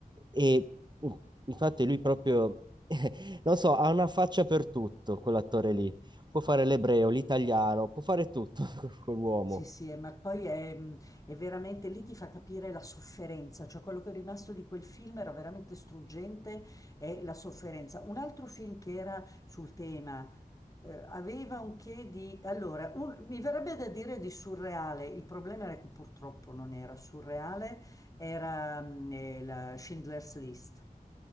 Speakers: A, on the right; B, on the left.
A: E uh, infatti lui proprio, <laughs> non so, ha una faccia per tutto, quell'attore lì. Può fare l'ebreo, l'italiano, può fare tutto <laughs> quell'uomo.
B: Sì, sì, eh, ma poi è, mm, è veramente lì ti fa capire la sofferenza, cioè quello che è rimasto di quel film era veramente struggente, è la sofferenza. Un altro film che era sul tema, eh, aveva un che di... Allora, un- mi verrebbe da dire di surreale, il problema era che purtroppo non era surreale, era mm, eh, la Schindler's List